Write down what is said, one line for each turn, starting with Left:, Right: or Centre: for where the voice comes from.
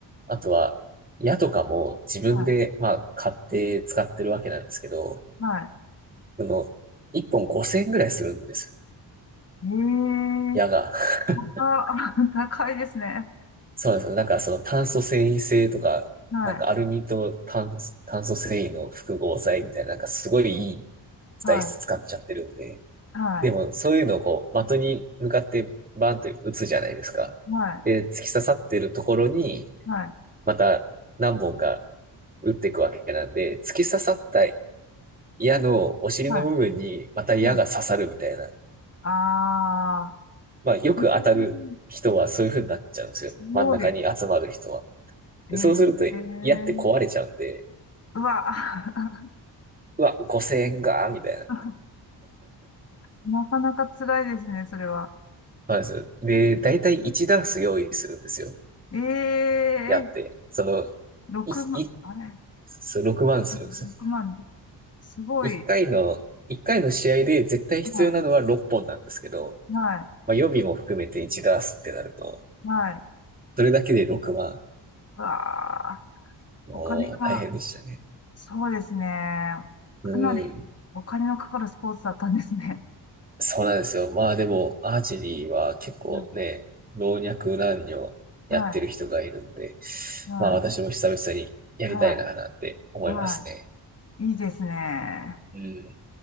Right: あとは、矢とかも自分で、
Left: は
Right: まあ、買って使ってるわけなんですけど、
Left: い、はい。
Right: その、1本5000円ぐらいするんですよ。
Left: ええ
Right: 矢が。<laughs>
Left: 高、<laughs> 高いですね。
Right: そうなんですよ。なんかその炭素繊維性とか、
Left: はい、
Right: なんかアルミと炭素、炭素繊維の複合材みたいな、なんかすごいいい材質使っちゃってるんで。
Left: はい、はい、
Right: でもそういうのをこう、的に向かってバンと打つじゃないですか。
Left: はい、
Right: で、突き刺さってるところに、
Left: はい、
Right: また何本か打っていくわけなんで、突き刺さった矢のお尻の部分にまた矢が刺さるみたいな。
Left: はい、はい。ああ
Right: まあ、よく当たる人はそういう風になっちゃうんですよ。
Left: ー、うんすごい。
Right: 真ん中に集まる人は。
Left: ええ
Right: でそうすると矢って壊れちゃうんで、
Left: ええうわ、
Right: うわ、5000円が、みたいな。
Left: <laughs> なかなか辛いですね、それは。
Right: まず、で、だいたい1ダース用意するんですよ。
Left: ええ
Right: 矢って。その、
Left: 六6万、
Right: い、い、
Left: あれ
Right: そう6万するんです
Left: 6万人。すごい。
Right: よ。1回の、一回の試合で絶対必要なのは6本なんですけど、
Left: はい。は
Right: まあ、予備も含めて1ダースってなると、
Left: い。はい。
Right: それだけで6万。
Left: うわあ、
Right: もう大変でしたね。
Left: お金が、そうですね。かなり
Right: うん。
Left: お金のかかるスポーツだったんですね。
Right: そうなんですよ。まあでも、アーチェリーは結構ね、
Left: <laughs> うん
Right: 老若男女やってる人がいるんで、
Left: はい。はい。
Right: まあ私も久々にやりたいななんて思いますね。
Left: はい。はい。いいですね。
Right: うん。